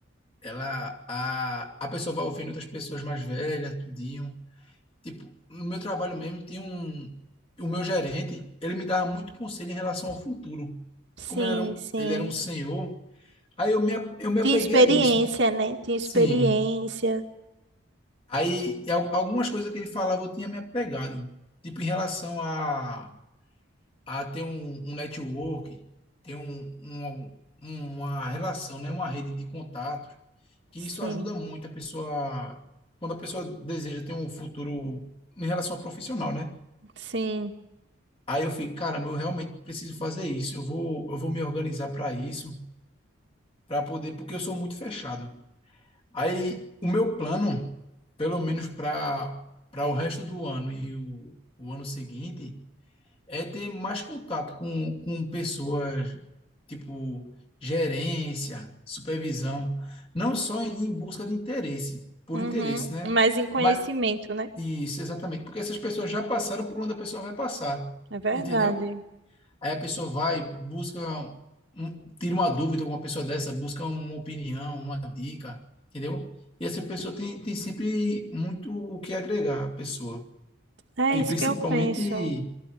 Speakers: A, on the left (about 25°); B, on the right (about 60°).
A: ela a, a pessoa vai ouvindo outras pessoas mais velhas, tudinho. Tipo, no meu trabalho mesmo, tinha um o meu gerente, ele me dava muito conselho em relação ao futuro.
B: Sim,
A: Como ele era um,
B: sim.
A: ele era um senhor, aí eu me, a- eu me apeguei
B: Tinha experiência,
A: a isso.
B: né? Tinha experiência.
A: Sim. Aí al- algumas coisas que ele falava eu tinha me apegado, tipo em relação a a ter um, um network, ter um, um- uma relação, né? Uma rede de contatos, que
B: Sim,
A: isso ajuda muito a pessoa, quando a pessoa deseja ter um futuro em relação ao profissional, né?
B: sim.
A: Aí eu fico, caramba, eu realmente preciso fazer isso, eu vou, eu vou me organizar para isso, para poder, porque eu sou muito fechado. Aí o meu plano, pelo menos para para o resto do ano e o, o ano seguinte, é ter mais contato com, com pessoas, tipo gerência, supervisão, não só em em busca de interesse, por
B: Uhum.
A: interesse, né?
B: Mas em conhecimento,
A: Mas
B: né?
A: isso, exatamente, porque essas pessoas já passaram por onde a pessoa vai passar,
B: É verdade.
A: entendeu? Aí a pessoa vai, busca, um- tira uma dúvida com uma pessoa dessa, busca uma opinião, uma dica, entendeu? E essa pessoa tem, tem sempre muito o que agregar à pessoa.
B: É
A: E
B: isso
A: principalmente
B: que eu penso.